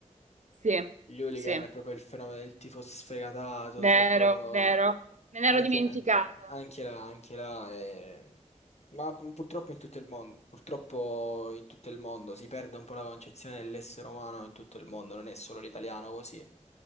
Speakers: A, on the right; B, on the left.
A: Sì,
B: Gli hooligan
A: sì,
B: è proprio il fenomeno del tifo sfegatato,
A: vero,
B: proprio
A: vero, me ne
B: anche,
A: ero dimenticata.
B: an- anche là, anche là, eh, ma purtroppo in tutto il mondo, purtroppo in tutto il mondo si perde un po' la concezione dell'essere umano in tutto il mondo, non è solo l'italiano così,